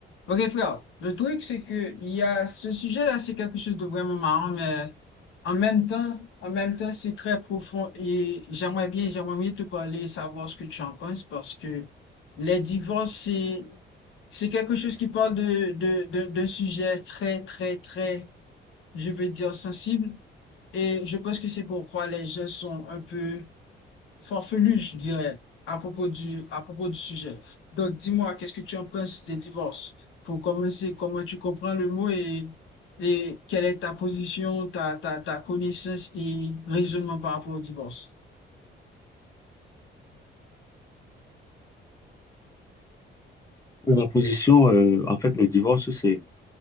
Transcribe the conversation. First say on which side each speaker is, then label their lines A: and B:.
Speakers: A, on the left (about 80°); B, on the left (about 15°).
A: Ok frère, le truc c'est que il y a ce sujet-là, c'est quelque chose de vraiment marrant, mais en même temps, en même temps, c'est très profond et j'aimerais bien, j'aimerais bien te parler, et savoir ce que tu en penses parce que les divorces, c'est, c'est quelque chose qui parle de, de, de- d'un sujet très, très, très, je veux dire sensible et je pense que c'est pourquoi les gens sont un peu Farfelu, je dirais, à propos du, à propos du sujet. Donc, dis-moi, qu'est-ce que tu en penses des divorces? Faut commencer, comment tu comprends le mot et, et quelle est ta position, ta, ta, ta connaissance et raisonnement par rapport au divorce?
B: Ma position, euh, en fait, le divorce, c'est